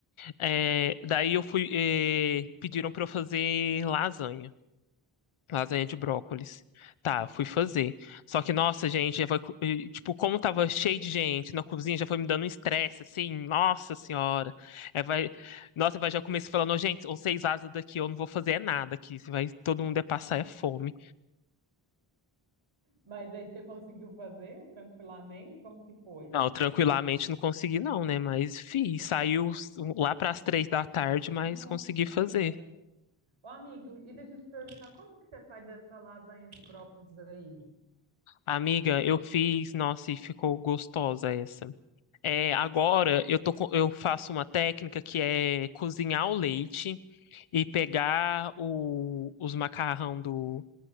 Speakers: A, on the left; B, on the right.
A: É, daí eu fui, é, pediram para eu fazer lasanha. Lasanha de brócolis. Tá, eu fui fazer. Só que, nossa, gente, já foi, co- e, tipo, como tava cheio de gente na cozinha, já foi me dando um estresse, assim, nossa senhora. É, vai, nossa, vai, já comecei falando, "Ô, gente, vocês vazam daqui, eu não vou fazer é nada aqui, se vai, todo mundo é passar é fome.
B: Mas aí você conseguiu fazer tranquilamente? Como que foi?
A: Não, eu tranquilamente não consegui não, né, mas, fi, saiu s- lá pras três da tarde, mas
B: Nossa
A: consegui fazer.
B: Senhora. Ô, amigo, e deixa eu te perguntar, como que você faz essa lasanha de brócolis aí?
A: Amiga, eu fiz, nossa, e ficou gostosa essa. É, agora eu tô, co- eu faço uma técnica que é cozinhar o leite e pegar o- os macarrão do,